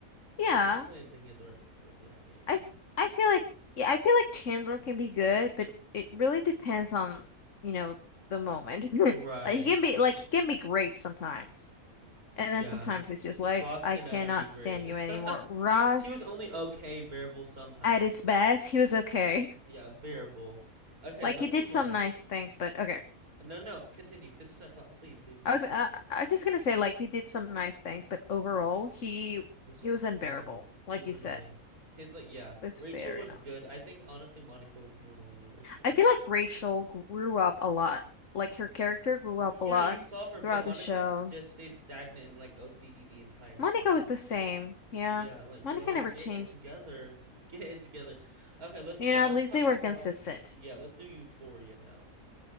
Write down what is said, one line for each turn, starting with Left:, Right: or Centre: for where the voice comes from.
Left: Yeah.
Right: Uh, hopefully, I'm thinking of the right people. Yeah, yeah,
Left: I
Right: yeah.
Left: f- I feel like yeah, I feel like Chandler can be good, but it really depends on, you know, the moment. <laughs>
Right: Right.
Left: Like he can be like he can be great sometimes. And
Right: Yeah.
Left: then sometimes it's just like
Right: Ross
Left: I
Right: can
Left: cannot
Right: never be great.
Left: stand you anymore.
Right: <laughs>
Left: Ross
Right: He was only okay, bearable sometimes.
Left: at his best, he was okay. <laughs>
Right: Yeah, bearable. Okay,
Left: Like
Right: let's
Left: he did
Right: move
Left: some
Right: on.
Left: nice things, but okay.
Right: No, no, continue. Finish that thought, please, please, please.
Left: I was uh, I was just gonna say like he did some nice things, but overall he
Right: It was just
Left: he was unbearable,
Right: annoying. He
Left: like
Right: was
Left: you
Right: annoying.
Left: said.
Right: His like, yeah.
Left: It was
Right: Rachel
Left: very
Right: was
Left: not.
Right: good. I think honestly, Monica was more annoying than Rachel.
Left: I feel like Rachel grew up a lot. Like her character grew up
Right: Yeah,
Left: a lot
Right: you saw her, but
Left: throughout
Right: Monica
Left: the show.
Right: just stayed stagnant and like OCD the entire
Left: Monica
Right: time.
Left: was the same. Yeah.
Right: Yeah, like, girl,
Left: Monica never
Right: get
Left: changed.
Right: it together. <laughs> Get it together. Okay, let's
Left: You
Right: move on.
Left: know, at
Right: Let's
Left: least
Right: talk
Left: they were
Right: about,
Left: consistent.
Right: yeah, let's do Euphoria now.